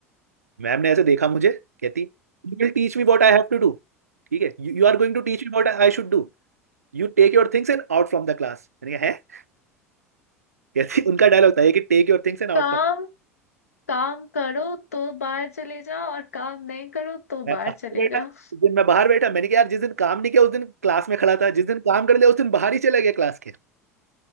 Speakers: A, on the right (about 80°); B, on the left (about 75°).
A: Ma'am ने ऐसे देखा मुझे कहती you will teach me what I have to do ठीक है you are going to teach me what I should do You take your things and out from the class मैंने कहा है कहती उनका डायलॉग था ये कि take your things and out
B: काम
A: from
B: काम करो तो बाहर चले जाओ और काम नहीं करो तो
A: मैं
B: बाहर
A: बाहर
B: चले
A: बैठा
B: जाओ
A: उस दिन मैं बाहर बैठा मैंने कहा यार जिस दिन काम नहीं किया उस दिन क्लास में खड़ा था जिस दिन काम कर लिया उस दिन बाहर ही चला गया क्लास के